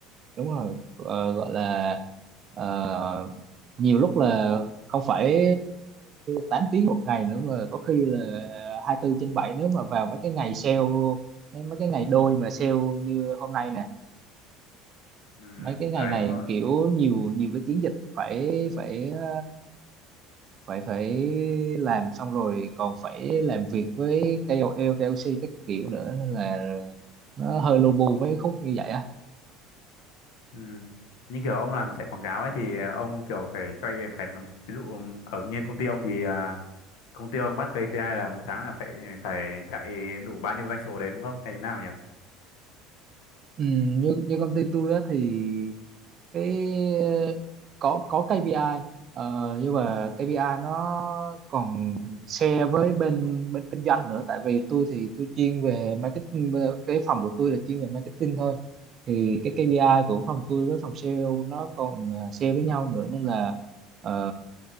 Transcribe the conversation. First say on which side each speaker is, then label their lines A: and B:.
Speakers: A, on the right; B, on the left.
A: đúng rồi Ờ, gọi là ờ, nhiều lúc là không phải 8 tiếng một ngày nữa mà có khi là 24 trên 7 nếu mà vào mấy cái ngày sale mấy cái ngày đôi mà sale như hôm nay nè
B: ừ,
A: mấy cái
B: đấy
A: ngày này
B: đúng rồi
A: kiểu nhiều nhiều cái chiến dịch phải phải ờ, phải phải làm xong rồi còn phải làm việc với KOL, KOC các kiểu nữa nên là nó hơi lu bu mấy khúc như vậy á
B: Ừ. Như kiểu ông làm chạy quảng cáo ấy thì ông kiểu phải cho phải làm- ví dụ ở như công ty ông thì à, công ty ông bắt KPI là một tháng là phải phải chạy đủ bao nhiêu doanh số đấy đúng không? Hay thế nào nhỉ?
A: ừ, như như công ty tôi á thì cái ờ, có có KPI ờ, nhưng mà KPI nó còn share với bên bên kinh doanh nữa tại vì tôi thì tôi chuyên về marketing ờ, cái phòng của tôi là chuyên về marketing thôi thì cái KPI của phòng tôi với phòng sale nó còn ờ, share với nhau nữa nên là ờ,